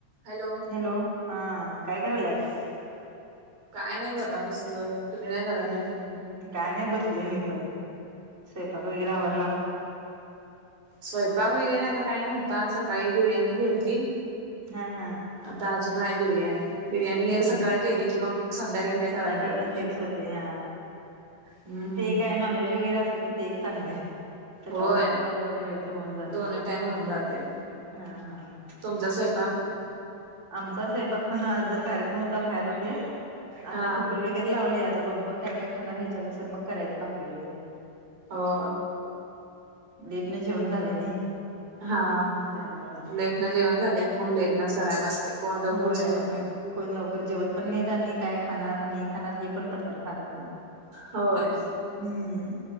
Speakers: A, on the right; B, on the right.
A: Hello
B: hello हा काय करायल आस
A: काय नाही बघा बसलोय तुम्ही नाही करालाय
B: हम्म काय नाही बसले मी पण स्वैंपाक वगैरे
A: हम्म
B: आवरला
A: स्वयंपाक वगैरे आता काही नव्हता सकाळी बिर्याणी घेलती
B: हा हा
A: आता अजून आहे बिर्याणी बिर्याणी
B: हा
A: सकाळी
B: हा
A: केली कि मग संध्याकाळी काय करायला
B: संध्याकाळी
A: लागत
B: पण
A: नाही
B: तेच होते हा
A: हम्म
B: ते काय नॉनव्हेज वगैरे असलं कि ते एक चांगलं आहे सकाळ
A: होय
B: संध्याकाळ दोन्ही वेळच होऊन जाते
A: दोन्ही टाइम होऊन जाते
B: हा हा चालत
A: तुमचा स्वयंपाक
B: आहे आमचा स्वयंपाक पण आज जर कार्यक्रम होता बाहेर होते
A: हा
B: आता कुकर वगैरे लावलेय आता कोणकोण काय काय खाणार ह्याच्यानुसार मग करायचं भाकरी वगैरे <inaudible>
A: हो
B: लेटन जेवण झाले नाही
A: हा
B: त्यामुळं
A: लेटन जेवण झालं की मग लेटनच करायला लागते कोण लवकर
B: होय
A: जेवत नाही
B: कोण लवकर जेवत पण नाही त्यांनी काय खाणार नाही खाणार हे पण पटकन सांगत नाही
A: होय
B: हम्म